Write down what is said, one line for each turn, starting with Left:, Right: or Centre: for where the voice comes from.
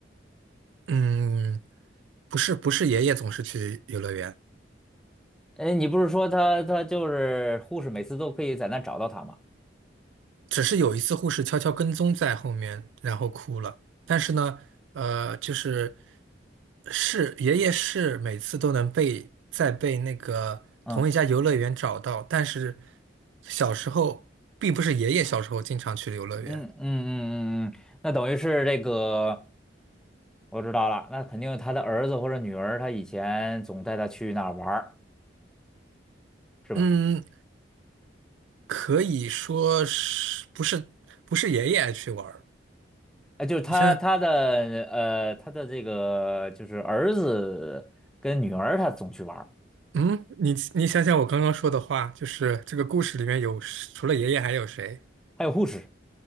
Right: 嗯，不是，不是爷爷总是去游乐园，
Centre: 哎，你不是说他他就是护士每次都可以在那找到他吗？
Right: 只是有一次护士悄悄跟踪在后面，然后哭了。但是呢，呃，就是是爷爷是每次都能被在被那个同一家游乐园找到，
Centre: 嗯。
Right: 但是小时候并不是爷爷小时候经常去游乐园。
Centre: 嗯嗯嗯嗯嗯，那等于是这个，我知道了，那肯定他的儿子或者女儿，他以前总带他去那儿玩儿，是吧？
Right: 嗯，可以说是不是不是爷爷爱去玩儿？
Centre: 哎，就是他他的呃他的这个就是儿子跟女儿，
Right: 你想想，
Centre: 他总去玩儿，
Right: 嗯，你你想想我刚刚说的话，就是这个故事里面有除了爷爷还有谁？
Centre: 还有护士，